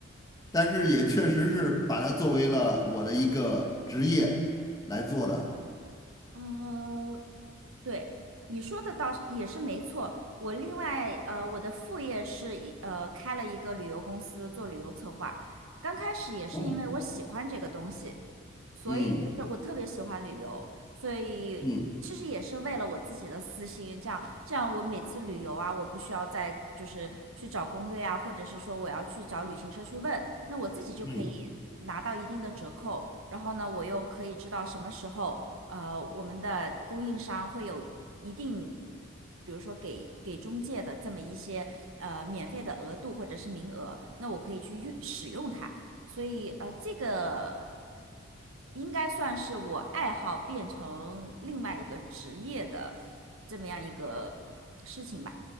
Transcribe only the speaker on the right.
呃，对，你说的倒是也是没错。我另外呃，我的副业是一呃开了一个旅游公司做旅游策划。刚开始也是因为我喜欢这个东西，
所以就是我特别喜欢旅游，
所以其实也是为了我自己的私心，
这样这样我每次旅游啊，我不需要再就是去找攻略啊，或者是说我要去找旅行社去问，那我自己就可以拿到一定的折扣，
然后呢，我又可以知道什么时候。呃，我们的供应商会有一定，比如说给给中介的这么一些呃免费的额度或者是名额，那我可以去用使用它。所以呃，这个。应该算是我爱好变成另外一个职业的这么样一个事情吧。